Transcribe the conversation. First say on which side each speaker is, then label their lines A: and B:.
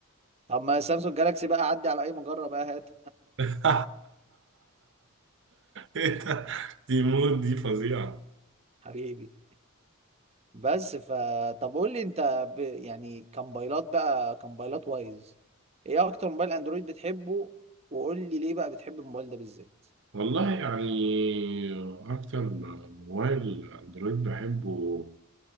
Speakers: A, on the right; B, on the right.
A: طب ما سامسونج جالاكسي بقى عدي على اي مجره بقى هات
B: <laughs> ايه ده دي مود دي فظيعه
A: <laughs> حبيبي بس فطب قول لي انت ب... يعني كموبايلات بقى كموبايلات وايز ايه اكتر موبايل اندرويد بتحبه وقول لي ليه بقى بتحب الموبايل ده بالذات
B: والله يعني أكتر موبايل أندرويد بحبه